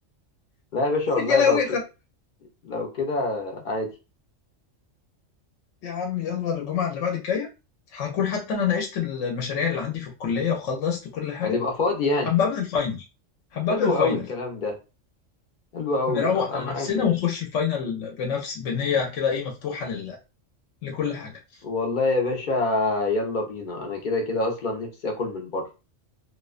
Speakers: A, on the left; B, on the left.
A: لا يا باشا والله
B: <laughs> يا لهوي
A: لو كده لو كده عادي
B: يا عم يلا الجمعة اللي بعد الجاية هكون حتى أنا ناقشت المشاريع اللي عندي في الكلية وخلصت كل حاجة
A: هتبقى فاضي يعني
B: هبقى قبل الفاينل هبقى
A: حلو
B: قبل الفاينل
A: قوي الكلام ده حلو قوي
B: نروق
A: ابقى
B: على
A: معاك
B: نفسنا
A: يا باشا
B: ونخش الفاينل بنفس بنية كده إيه مفتوحة لل... لكل حاجة
A: والله يا باشا يلا بينا انا كده كده اصلا نفسي اكل من بره